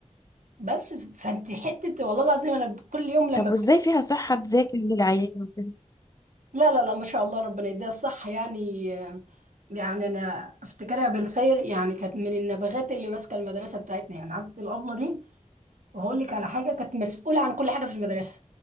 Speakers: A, on the right; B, on the left.
A: بس فانت حته والله العظيم انا كل يوم لما
B: طب
A: ب...
B: وازاي فيها صحه تذاكر للعيال وكده
A: لا لا لا ما شاء الله ربنا يديها الصح يعني يعني انا افتكرها بالخير يعني كانت من النبغات اللي ماسكه المدرسه بتاعتنا يعني عبد الابله دي وهقول لك على حاجه كانت مسؤوله عن كل حاجه في المدرسه